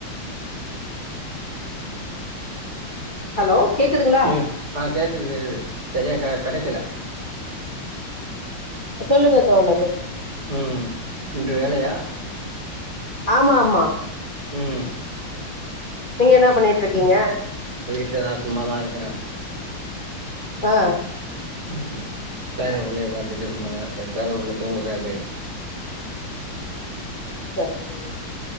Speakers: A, on the left; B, on the right.
A: ஹலோ கேக்குதுங்ளா
B: ம் ஆ கேக்குது கேக்குது செரியா கடைக்கல
A: சொல்லுங்க தோழரே
B: ம் இன்று வேலையா
A: ஆமா ஆமா
B: ம்
A: நீங்க என்னா பண்ணிட்ருக்கீங்க
B: வீட்லதா சும்மாதா இருக்குற
A: ஆ
B: ம் பேர புள்ளைய பாத்துட்டு சும்மாதா இருக்க பேர புள்ள தூங்குறாரு
A: செரி செரி